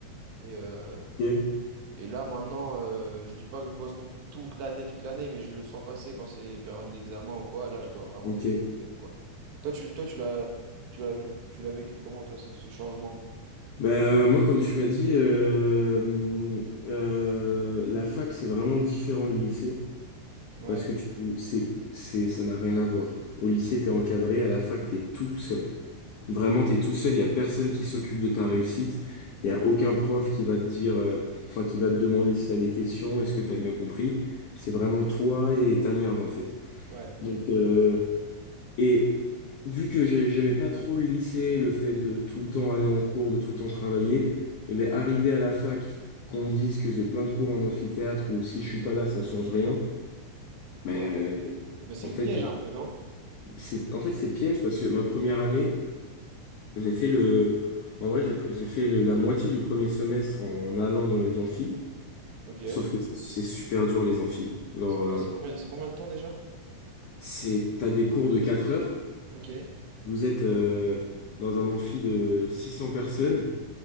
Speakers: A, on the right; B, on the left.
A: Et, euh,
B: Ok,
A: Et là, maintenant, euh, je dis pas que je bosse non plus toute l'année, toute l'année, mais je le sens passer quand c'est période d'examen ou quoi. Là, je dois vraiment
B: ok.
A: bien bosser ou quoi. Toi, tu, toi, tu l'as, tu l'as vu, tu l'as vécu comment, toi, ce, ce changement?
B: Bah, euh, moi, comme tu l'as dit, euh, euh, la fac, c'est vraiment différent du lycée.
A: Ouais,
B: Parce que tu, c'est, c'est, ça n'a rien à voir. Au lycée, t'es encadré, à la fac, t'es tout seul. Vraiment, t'es tout seul, il n'y a personne qui s'occupe de ta réussite. Il n'y a aucun prof qui va te dire, euh, enfin, qui va te demander si t'as des questions, est-ce que t'as bien compris. C'est vraiment toi et ta merde, en fait.
A: ouais,
B: Donc, euh, et vu que j'ai- j'aimais pas trop le lycée, le fait de tout le temps aller en cours, de tout le temps travailler, et ben, arrivé à la fac, qu'on me dise que j'ai plein de cours en amphithéâtre ou si je suis pas là, ça change rien. Mais
A: ouais. Mais c'est
B: en
A: le
B: fait,
A: piège un peu, non?
B: c'est en fait c'est piège parce que ma première année, j'ai fait le en vrai, j'ai pr- j'ai fait le- la moitié du premier semestre en allant dans les amphis,
A: Ok.
B: sauf que c'est super dur les amphis. Genre
A: C'est
B: euh,
A: bah, c'est combien, c'est combien de temps déjà?
B: c'est t'as des cours de 4 heures,
A: Ok.
B: vous êtes euh, dans un amphi de 600 personnes,